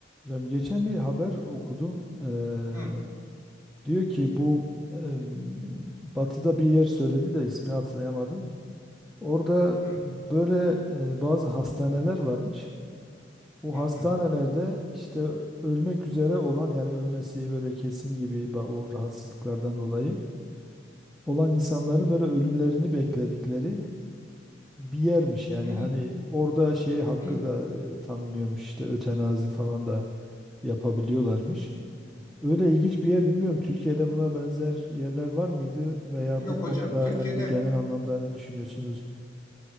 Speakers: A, in the centre; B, on the left.
A: Hocam geçen bir haber okudum. Eee,
B: Hı,
A: diyor ki bu eee, Batı'da bir yer söyledi de ismini hatırlayamadım. Orada
B: hı,
A: böyle eee, bazı hastaneler varmış. O
B: hı,
A: hastanelerde işte ölmek üzere olan yani ölmesi böyle kesin gibi ba- o rahatsızlıklardan dolayı olan insanların böyle ölümlerini bekledikleri bir yermiş yani
B: hı,
A: hani orada şey hakkı
B: hı.
A: da eee, tanınıyormuş işte ötenazi falan da yapabiliyorlarmış. Öyle ilginç bir yer bilmiyorum. Türkiye'de buna benzer yerler var mıydı veya
B: Yok
A: bu konuda
B: hocam, Türkiye'de
A: hani bu genel anlamda ne düşünüyorsunuz?